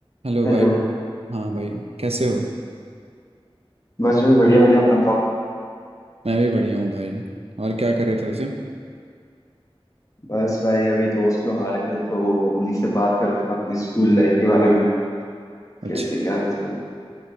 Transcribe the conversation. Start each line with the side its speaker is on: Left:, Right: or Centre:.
Right: Hello
Left: Hello
Right: भाई हाँ भाई कैसे हो
Left: बस भाई बढ़िया बढ़िया अपना बताओ
Right: मैं भी बढ़िया हूँ भाई और क्या कर रहे थे वैसे
Left: बस भाई अभी दोस्त लोग आ रखे थे तो उन्हीं से बात कर रहा था अपने स्कूल लाइफ के बारे में
Right: अच्छा
Left: कैसे क्या मतलब